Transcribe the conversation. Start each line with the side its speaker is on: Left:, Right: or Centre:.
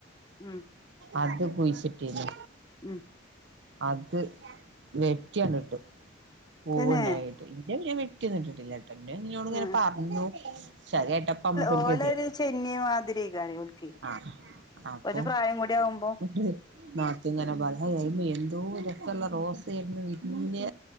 Left: ഉം
Right: അത് കുയ്ച്ചിട്ടീന്നു
Left: ഉം
Right: അത് വെറ്റിയണ്ട്ട്ടു. പൂവ്ണ്ടായിട്ട്.
Left: തന്നെ
Right: ഇന്ടെ ത് ഞാ വെ ട്ടി ഒന്നു ട്ട്ട്ട് ല്യ ട് <unintelligible> ഇന്നോട് ങ്ങനെ
Left: ആഹ്
Right: പർഞ്ഞു. ക്ഷെ അത് കേട്ടപ്പം അമുക്കൊരു
Left: ഓലൊരു
Right: ഗതികേടായി
Left: ചെന്നി മാതിരിക്കാരം ഓൽക്ക്
Right: ആ. അപ്പൊ
Left: കുറച്ച് പ്രായം കൂടി ആവുമ്പോ
Right: ന്ന്ട്ട് നാത്തൂൻ ങ്ങനെ പർ <unintelligible> എന്തോ ഇതൊക്കെള്ള റോസേര്ന്നു വിരിഞ്ഞേ